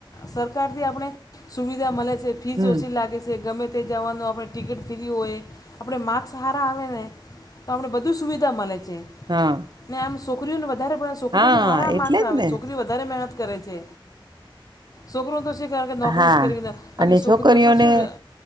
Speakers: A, on the left (about 40°); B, on the right (about 50°).
A: સરકારથી આપણે સુવિધા મળે છે ફીસ
B: હમ
A: ઓછી લાગે છે ગમે તે જવાનું આપણે ટિકિટ ફ્રી હોય આપણે માર્ક્સ હારા આવે ને તો આપણે બધું સુવિધા મળે છે.
B: હા.
A: ને આમ છોકરીઓને વધારે ભણાવે છોકરીઓને
B: હા
A: સારા
B: એટલે
A: માર્ક્સ આવે
B: જ ને
A: છે છોકરીઓ વધારે મહેનત કરે છે. સોકરોઓનું તો શી કારણ કે નોકરી
B: હા
A: જ કરવી ના બાકી
B: અને
A: સોકરીઓ
B: છોકરીઓને
A: તો શું અ